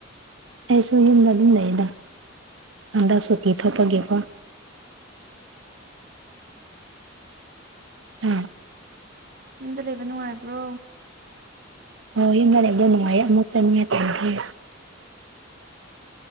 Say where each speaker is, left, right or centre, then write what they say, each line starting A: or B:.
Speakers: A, on the right; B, on the right.
A: ꯑꯩꯁꯨ ꯌꯨꯝꯗ ꯑꯗꯨꯝ ꯂꯩꯗ ꯍꯟꯗꯛ ꯁꯨꯇꯤ ꯊꯣꯛꯄꯒꯤꯀꯣ ꯎꯝ
B: ꯌꯨꯝꯗ ꯂꯩꯕ ꯅꯨꯡꯉꯥꯏꯕ꯭ꯔꯣ
A: ꯑꯣ ꯌꯨꯝꯗ ꯂꯩꯕꯗꯣ ꯅꯨꯡꯉꯥꯏꯌꯦ ꯑꯃꯨꯛ ꯆꯪꯉꯦ ꯊꯝꯒꯤ